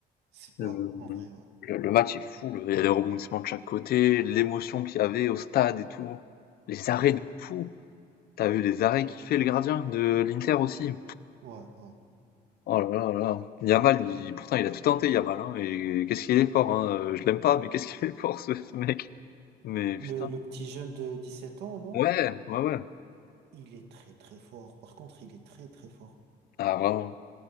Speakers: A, on the right; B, on the left.
A: c'est-
B: Le
A: ouais, en vrai, ouais.
B: le le match est fou, le il y a des rebondissements de chaque côté, l'émotion qu'il y avait au stade et tout, les arrêts
A: Ouais,
B: de fou.
A: ouais,
B: t'as vu les arrêts qu'il fait le gardien de l'Inter aussi.
A: ouais, ouais.
B: Oh là là là. Yamal, il pourtant il a tout tenté Yamal, hein et qu'est-ce qu'il est fort, hein, heu, je l'aime pas, mais qu'est-ce qu'il est fort ce ce mec. Mais putain.
A: Le, le petit jeune de 17 ans, non?
B: Ouais, ouais, ouais.
A: Il est très, très fort. Par contre, il est très, très fort.
B: Ah vraiment,